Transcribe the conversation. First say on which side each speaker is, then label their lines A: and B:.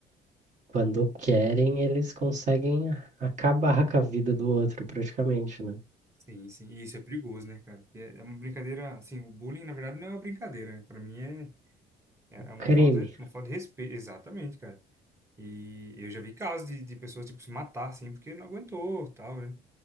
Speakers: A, on the right; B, on the right.
A: Quando querem, eles conseguem a- acabar com a vida do outro, praticamente, né?
B: Sim, sim. E isso é perigoso, né, cara? Porque É é uma brincadeira, assim, o bullying, na verdade, não é uma brincadeira, né? Pra mim é, é é uma
A: Crime.
B: falta, uma falta de respeito. Exatamente, cara. E eu já vi casos de, de pessoas, tipo, se matar, assim, porque não aguentou, tal, né?